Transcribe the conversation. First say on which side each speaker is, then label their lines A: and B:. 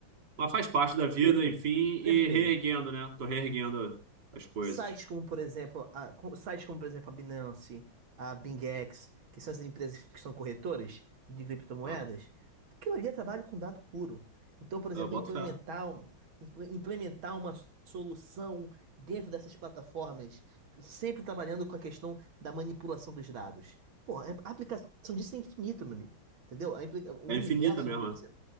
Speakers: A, on the right; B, on the right.
A: Mas faz parte da vida,
B: perfeito,
A: enfim, e
B: perfeito.
A: reerguendo, né? Tô reerguendo as coisas.
B: Sites como, por exemplo, a, com- sites como, por exemplo, a Binance, a BingEx, que são essas empresas que são corretoras de criptomoedas,
A: Aham.
B: aquilo ali é trabalho com dado puro. Então, por
A: Eu
B: exemplo,
A: boto
B: implementar,
A: fé.
B: um- imple- implementar uma solução dentro dessas plataformas, sempre trabalhando com a questão da manipulação dos dados. Pô, é, a aplicação disso é infinito, meu amigo. Entendeu? A implica- o
A: É
B: universo
A: infinita mesmo.
B: é onde você
A: né?